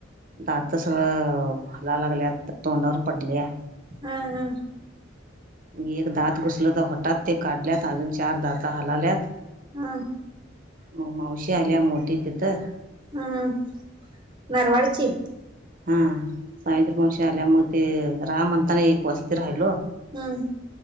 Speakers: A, on the right (about 45°); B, on the right (about 25°).
A: दात सगळं हालायला लागल्यात तोंडावर पडल्या.
B: हा हा!
A: एक दात घुसलत होटात ते काढल्यात अजून चार दात हलाल्यात.
B: हा!
A: मग मावशी आल्या मोठी तिथं.
B: हं हं नरवाडची?
A: हा सावित्री मावशी आल्या म ते राहा म्हणताना एक वस्ती राहिलो.
B: हूं!